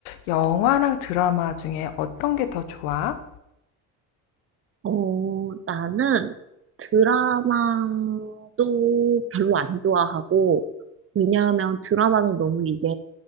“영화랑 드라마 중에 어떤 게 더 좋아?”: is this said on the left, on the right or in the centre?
Left